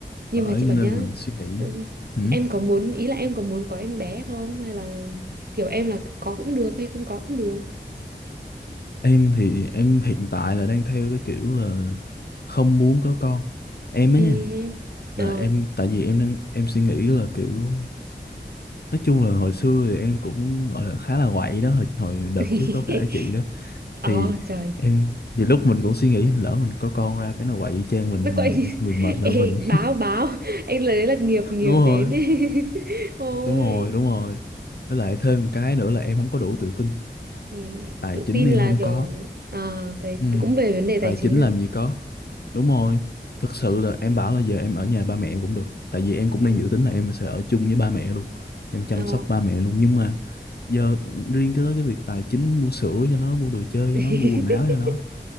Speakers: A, on the right (about 60°); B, on the left (about 65°).
A: nhưng
B: bởi
A: mà chị
B: cho
A: bảo
B: nên
A: nhá
B: là suy nghĩ
A: ừ,
B: ừ.
A: em có muốn ý là em có muốn có em bé không hay là kiểu em là có cũng được hay không có cũng được
B: Em thì em hiện tại là đang theo cái kiểu là không muốn có con. Em á
A: ừ
B: nha,
A: ờ
B: là em tại vì em đang em suy nghĩ là kiểu nói chung là hồi xưa thì em cũng gọi là khá là quậy đó, hồi hồi đợt
A: <laughs>
B: trước có kể chị đó
A: ờ
B: thì
A: trời
B: em nhiều lúc mình cũng suy nghĩ lỡ mình có con ra cái nó quậy y chang mình
A: nó
B: thì
A: quậy
B: người mệt
A: <laughs>
B: là
A: Ê,
B: mình.
A: báo báo anh lấy là nghiệp
B: <laughs>
A: nghiệp
B: Đúng rồi,
A: đến ấy. <laughs> ôi
B: đúng rồi, đúng rồi. Với lại thêm một cái nữa là em không có đủ tự tin,
A: ừ,
B: tài
A: tự
B: chính
A: tin
B: em
A: là
B: không
A: kiểu
B: có.
A: à, tài,
B: Ừ,
A: cũng về vấn đề tài
B: tài
A: chính
B: chính
A: à
B: làm gì có. Đúng rồi, thực sự là em bảo là giờ em ở nhà ba mẹ cũng được. Tại vì em cũng
A: ừ.
B: đang dự tính là em sẽ ở chung với ba mẹ luôn. Em chăm
A: Ờ.
B: sóc ba mẹ luôn. Nhưng mà giờ riêng cái tới cái việc tài chính mua sữa cho nó, mua đồ chơi
A: <laughs>
B: cho nó, mua quần áo cho nó.